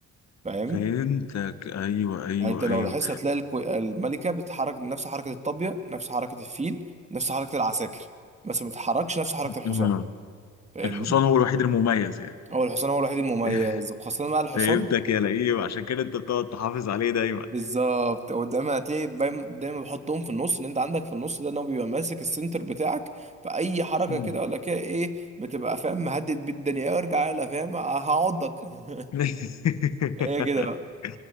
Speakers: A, on the left; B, on the right.
A: <clears throat>
B: فاهم
A: فهمتك ايوه ايوه
B: يعني انت مم.
A: ايوه
B: لو لاحظت هتلاقي الكو... الملكة بتتحرك نفس حركة الطابية نفس حركة الفيل نفس حركة العساكر بس ما بتتحركش نفس حركة الحصان
A: أمم.
B: فاهمني
A: الحصان هو الوحيد المميز يعني
B: هو الحصان هو الوحيد المميز
A: <laughs>
B: وخاصة بقى الحصان
A: فهمتك يا لئيم عشان كده انت بتقعد تحافظ عليه دايما
B: بالظبط ودايما هتلاقي بايم- دايما بحطهم في النص ان انت عندك في النص ده ان هو بيبقى ماسك السنتر بتاعك فاي حركة
A: أمم.
B: كده ولا كده ايه بتبقى فاهم مهدد بيه الدنيا وارجع يلا فاهم أه، هعضك <laughs>
A: <laughs>
B: هي كده بقى